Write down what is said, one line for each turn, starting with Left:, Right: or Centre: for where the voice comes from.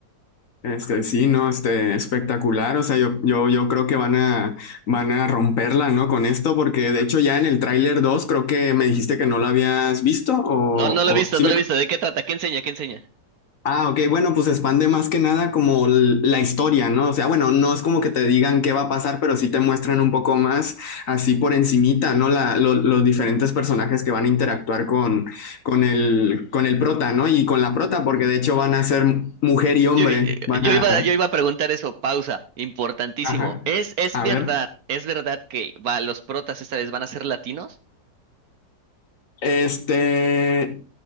Left: este, sí, ¿no? Este, espectacular, o sea, yo, yo, yo creo que van a, van a romperla, ¿no? Con esto, porque de hecho ya en el tráiler dos creo que me dijiste que no lo habías visto, o,
Right: No, no
Left: o
Right: lo he visto,
Left: sí
Right: no
Left: me
Right: lo he visto. ¿De qué trata? ¿Qué enseña? ¿Qué enseña?
Left: Ah, ok, bueno, pues expande más que nada como l- la historia, ¿no? O sea, bueno, no es como que te digan qué va a pasar, pero sí te muestran un poco más así por encimita, ¿no? La, lo- los diferentes personajes que van a interactuar con, con el, con el prota, ¿no? Y con la prota, porque de hecho van a ser mujer y hombre,
Right: Yo, eh, eh,
Left: van
Right: yo
Left: a...
Right: iba, yo iba a preguntar eso, pausa, importantísimo.
Left: Ajá,
Right: ¿Es, es
Left: a
Right: verdad,
Left: ver.
Right: es verdad que va, los protas esta vez van a ser latinos?
Left: Este,